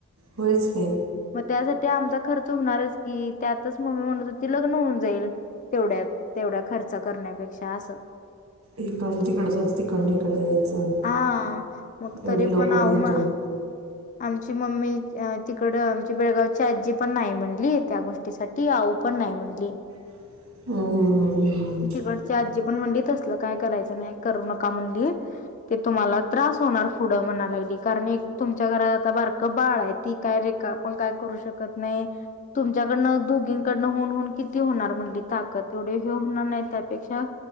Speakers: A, on the right; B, on the left.
A: होयच की.
B: त्यासाठी आमचा खर्च हुणारच की त्यातच मम्मी म्हणत होती लग्न होऊन जाईल तेवढ्यात तेवढ्या खर्च करण्यापेक्षा असं.
A: इकडणं तिकडं जायचं तिकडनं हिकडं यायचं
B: हा मग
A: एवढी
B: तरी
A: लोकं
B: पण आहो
A: घेऊन
B: म
A: जाऊन.
B: आमची मम्मी ती तकडं आमची बेळगावची आज्जी पण नाही म्हणली त्या गोष्टीसाठी आऊ पण नाही म्हणली.
A: हम्म हम् हम्म
B: तिकडची
A: हम्
B: आजी पण म्हणली तसलं काय करायचं नाही करू नका म्हणली- ते तुम्हाला त्रास होणार- पुुढं म्हणा लागली कारण एक तुमच्या घरात आता बारकं बाळ आहे ती काय रे का पण काय करू शकत नाही तुमच्याकडनं दोघींकडन हुन हुन किती होणार म्हंटली ताकद एवढी हे होणार नाही त्यापेक्षा